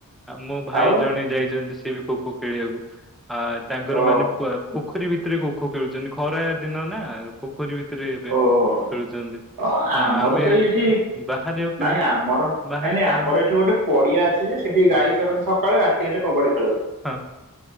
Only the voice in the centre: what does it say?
ମୋ ଭାଇ
ଜଣେ ଯାଇଛନ୍ତି ସିଏ ବି ଖୋ ଖୋ ଖେଳିବାକୁ ଆ ତାଙ୍କର
ମାନେ- ପୋଖରୀ ଭିତରେ ଖୋଖୋ ଖେଳୁଛନ୍ତି ଖରା ଦିନ ନା ପୋଖରୀ ଭିତରେ ଏବେ
ଖେଳୁଛନ୍ତି।
ହଁ ଆମେ
ବାହାରେ ଆଉ ଖେଳ
ବାହାରେ
ଖେଳିବନି
ହଁ
ହଁ